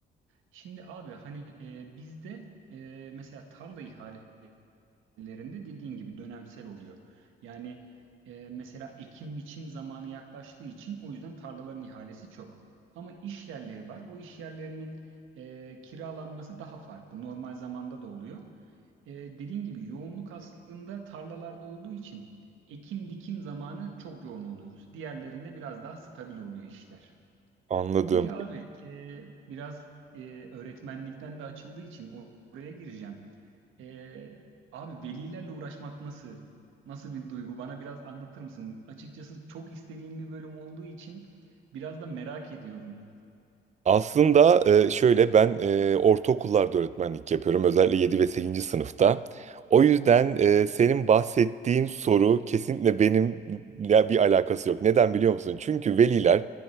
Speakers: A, on the right; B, on the right.
A: Şimdi abi hani e, bizde e, mesela tarla ihalelerinde dediğin gibi dönemsel oluyor. Yani e, mesela ekim biçim zamanı yaklaştığı için o yüzden tarlaların ihalesi çok. Ama iş yerleri var. O iş yerlerinin e, kiralanması daha farklı. Normal zamanda da oluyor. E, dediğin gibi yoğunluk aslında tarlalarda olduğu için ekim dikim zamanı çok yoğun oluyoruz. Diğerlerinde biraz daha stabil oluyor işler.
B: Anladım.
A: Peki abi e, biraz e, öğretmenlikten de açıldığı için or- oraya gireceğim. E, abi velilerle uğraşmak nasıl? Nasıl bir duygu? Bana biraz anlatır mısın? Açıkçası çok istediğim bir bölüm olduğu için biraz da merak ediyorum.
B: Aslında e, şöyle ben e, ortaokullarda öğretmenlik yapıyorum. Özellikle 7 ve 8. sınıfta. O yüzden e, senin bahsettiğin soru kesinlikle benimle bir alakası yok. Neden biliyor musun? Çünkü veliler